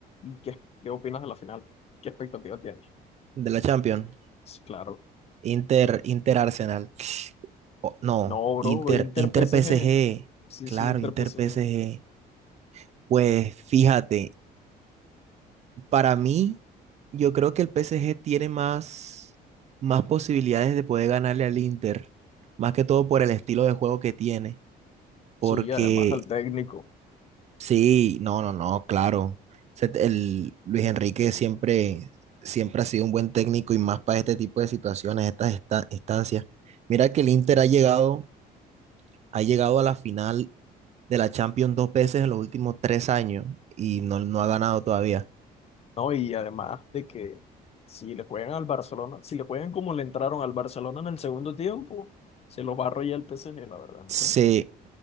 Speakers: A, on the left; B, on the right.
A: y qué, qué opinas de la final? ¿Qué expectativa tienes?
B: de la Champions.
A: Claro.
B: Inter, Inter Arsenal. O- no,
A: No, bro,
B: Inter,
A: Inter
B: Inter
A: PSG.
B: PSG.
A: Sí,
B: Claro,
A: sí, Inter
B: Inter
A: PSG.
B: PSG. Pues fíjate, para mí, yo creo que el PSG tiene más, más posibilidades de poder ganarle al Inter. Más que todo por el estilo de juego que tiene. Porque
A: Sí, además al técnico.
B: sí, no, no, no, claro. Se- te- El Luis Enrique siempre, siempre ha sido un buen técnico y más para este tipo de situaciones, estas esta- instancias. Mira que el Inter ha llegado ha llegado a la final de la Champions dos veces en los últimos tres años y no, no ha ganado todavía.
A: No, y además de que si le juegan al Barcelona, si le juegan como le entraron al Barcelona en el segundo tiempo, se los va a arrollar el PSG, la verdad.
B: Sí,